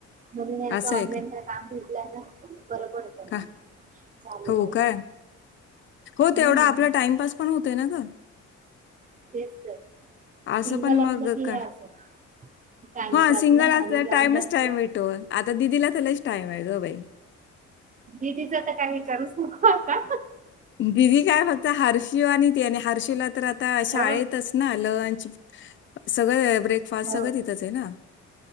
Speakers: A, on the right; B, on the left.
A: ग ऑनलाईन
B: असं
A: काम
B: आहे
A: ना बरं पडतं
B: का
A: मग चालू
B: हो
A: राहते
B: काय हो
A: हम्म
B: तेवढा आपला टाइमपास पण होतय ना गं.
A: तेच तर
B: असं
A: सिंगल
B: पण
A: असलं
B: मग
A: की
B: का
A: हे असं टाइम
B: हा
A: जात
B: सिंगल
A: नाही
B: असल्या
A: आणि जॉईंट
B: टाइमच
A: असलं
B: टाइम भेटो आता दिदीला तर त्या लईच टाइम आहे ग बाई.
A: दिदीचं तर काही करूच नको आता.
B: दिदी काय फक्त हर्षू आणि त्याने हर्षिला तर आता शाळेतच
A: हो
B: ना लंच सगळं ब्रेकफास्ट
A: हो
B: सगळं तिथच आहे ना.